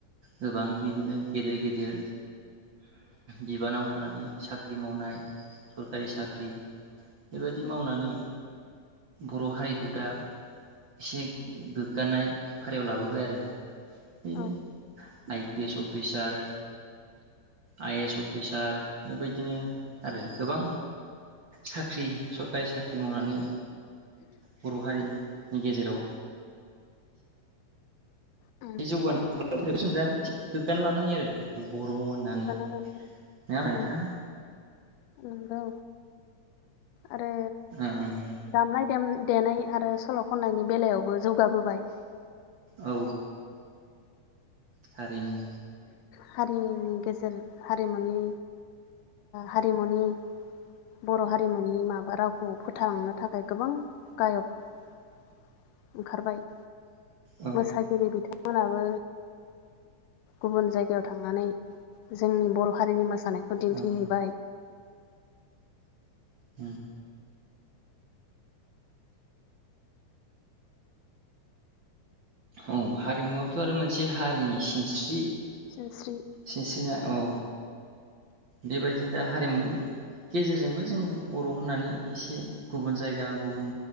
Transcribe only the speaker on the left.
उम
औ
उम
बिबाना लानाय
उम नंगौ। आरो
दामनाय देम देनाय आरो सल' खननायनि बेलायावबो जौ गाबोबाय
हारिनि गेजेर हारिमुनि हारिमुनि बर' हारिमुनि माबा रावखौ फोथांनो थाखाय गोबां गायक ओंखारबाय
मोसागिरि बिथां मोनाबो गुबुन जायगायाव थांनानै जोंनि बर' हारिनि मो मोसानायखौ दिन्थिहैबाय
सिनस्रि